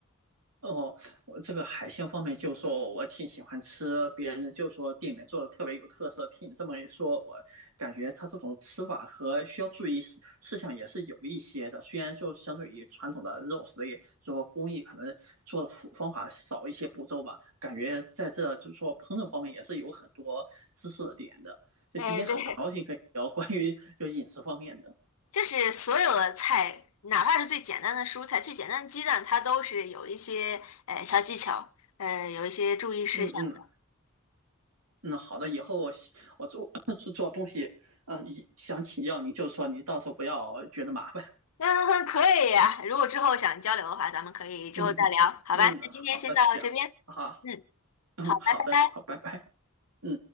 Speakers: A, on the right; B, on the left.
A: 哦，我这个海鲜方面，就说我挺喜欢吃，别人就说店里面做的特别有特色。听你这么一说，我感觉它这种吃法和需要注意事事项也是有一些的。虽然就相对于传统的肉食也就说工艺可能做的方法少一些步骤吧，感觉在这就是说烹饪方面也是有很多知识点的。就今天很高兴可以聊关于就饮食方面的。
B: 哎，对，就是所有的菜，哪怕是最简单的蔬菜、最简单的鸡蛋，它都是有一些呃小技巧，呃，有一些注意事项的。
A: 嗯嗯。嗯，好的，以后我我做 <coughs> 做东西，嗯，一想请教你就说，你到时候不要觉得麻烦。
B: 嗯，可以呀、如果之后想交流的话，咱们可以之后再聊，
A: <laughs> 嗯嗯，
B: 好吧？
A: 好的，
B: 那今天先到这边，
A: 行，好，
B: 嗯，
A: 嗯，
B: 好，
A: 好的，
B: 拜拜。
A: 好，拜拜，嗯。